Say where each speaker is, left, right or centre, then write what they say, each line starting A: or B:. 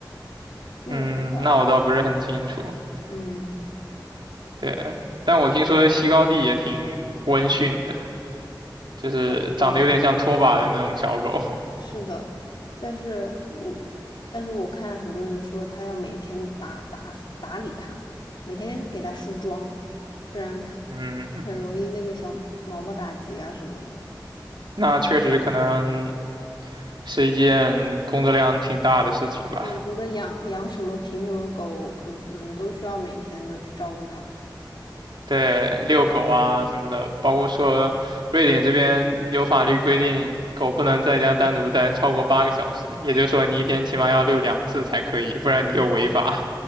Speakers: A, on the left; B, on the right.
A: 那个很可爱。
B: 嗯，那我倒不是很清楚。
A: 嗯，
B: 对，但我听说西高地也挺温驯的，就是长得有点像拖把的那种小狗。
A: 哦，对，
B: <laughs>
A: 是的，但是我但是我看很多人说他要每天打打打理它，每天给它梳妆，不然
B: 嗯，
A: <laughs> 很容易那个小毛毛打结啊什么的。
B: 那确实可能是一件工作量挺大的事情吧。
A: 我觉得养养什么品种的狗，可能都需要每天都去照顾它
B: 对，遛狗啊什么的，包括说瑞典这边有法律规定，狗不能在家单独待超过八个小时，也就是说你一天起码要遛两次才可以，不然你就违法。